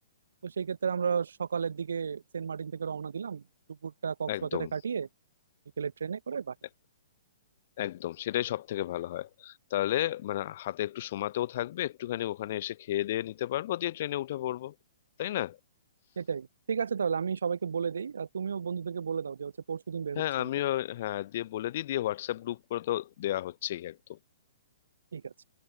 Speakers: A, on the right; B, on the left.
A: তো সেই ক্ষেত্রে আমরা সকালের দিকে সেন্ট মার্টিন থেকে রওনা দিলাম দুপুরটা কক্সবাজারে
B: একদম
A: কাটিয়ে বিকেলে ট্রেনে করে বাড়ি
B: এ- একদম সেটাই সব থেকে ভালো হয় তাহলে মানে হাতে একটু সময়তেও থাকবে একটুখানি ওখানে এসে খেয়ে দিয়ে নিতে পারবো দিয়ে ট্রেনে উঠে পড়বো তাই না
A: সেটাই ঠিক আছে তাহলে আমি সবাইকে বলে দিই আর তুমিও বন্ধুদেরকে বলে দাও যে হচ্ছে পরশুদিন বের
B: হ্যাঁ
A: হচ্ছে
B: আমিও
A: আমরা
B: হ্যাঁ দিয়ে বলে দিই দিয়ে হোয়াটসঅ্যাপ গ্রুপ করে তো দেওয়া হচ্ছেই একদম
A: ঠিক আছে